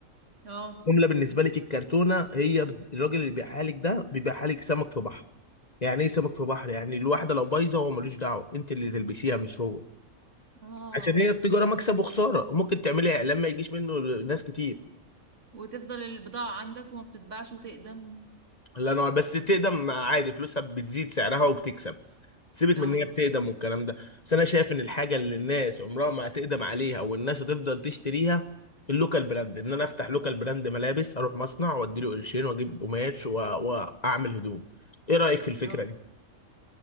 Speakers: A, on the right; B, on the left.
A: اه
B: جمله بالنسبه لك الكرتونه هي بت- الراجل اللي بيبيعها لك ده بيبيعها لك سمك في بحر يعني ايه سمك في بحر يعني الواحده لو بايظه هو ملوش دعوه انت اللي تلبسيها مش هو
A: اه
B: عشان هي التجاره مكسب وخساره وممكن تعملي اعلان ما يجيش منه ناس كتير
A: وتفضل البضاعة عندك وما بتتباعش وتقدم
B: الله ينور بس تقدم عادي فلوسها بتزيد سعرها وبتكسب سيبك
A: اه
B: من ان هي بتقدم والكلام ده بس انا شايف ان الحاجه اللي الناس عمرها ما هتقدم عليها والناس هتفضل تشتريها اللوكال براند ان انا افتح لوكال براند ملابس اروح مصنع واديله قرشين واجيب قماش و... واعمل هدوم ايه رايك في الفكره
A: اه
B: دي